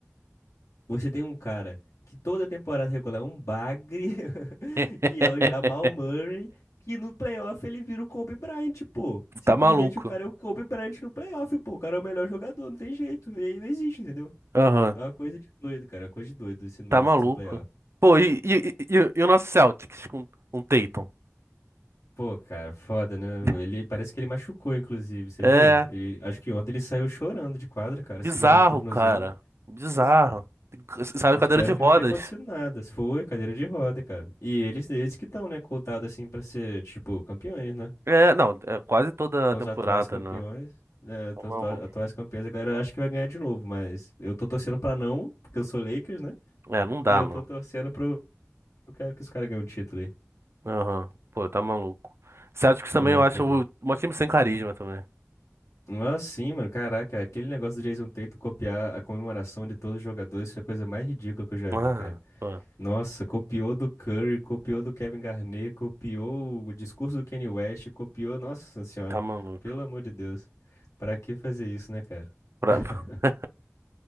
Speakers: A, on the left (about 80°); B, on the right (about 60°).
A: Você tem um cara que toda temporada regular é um bagre, <laughs>
B: <laughs>
A: que é o Jamal Murray, que no playoff ele vira o Kobe Bryant, pô. Simplesmente
B: Tá maluco.
A: o cara é o Kobe Bryant no playoff, pô. O cara é o melhor jogador, não tem jeito. E aí não existe, entendeu?
B: Aham,
A: É uma coisa de doido, cara. É uma coisa de doido esse Nuggets
B: tá maluco.
A: no playoff.
B: Pô, e, e, e, e- e o nosso Celtics com, com o Tatum?
A: Pô, cara, foda, né?
B: <laughs>
A: Ele parece que ele machucou, inclusive, você
B: É
A: viu? Ele- acho que ontem ele saiu chorando de quadra, cara,
B: bizarro,
A: segurando o tornozelo.
B: cara. Bizarro.
A: Es-
B: Saiu
A: Espero
B: cadeira de rodas.
A: que não tenha acontecido nada. Se foi, cadeira de roda, cara. E eles, eles que estão, né, cotados assim pra ser, tipo, campeões, né?
B: É, não, é quase toda
A: São
B: a temporada,
A: os atuais campeões.
B: né?
A: né?
B: Tá
A: São
B: maluco.
A: os atua- atuais campeões, a galera acha que vai ganhar de novo, mas eu tô torcendo pra não, porque eu sou Lakers, né?
B: É, não dá,
A: E eu
B: não.
A: tô torcendo pro. Eu quero que os caras ganhem o título aí.
B: Aham. Pô, tá maluco. Celtics também
A: Não,
B: eu acho
A: tá doido.
B: o- um time sem carisma também.
A: Ah, sim, mano. Caraca, aquele negócio do Jason Tatum copiar a comemoração de todos os jogadores foi a coisa mais ridícula que eu já
B: Ah,
A: vi, cara.
B: pô,
A: Nossa, copiou do Curry, copiou do Kevin Garnett, copiou o discurso do Kanye West, copiou. Nossa senhora,
B: tá maluco.
A: pelo amor de Deus. Pra que fazer isso, né, cara?
B: Pra-
A: <laughs>
B: <laughs>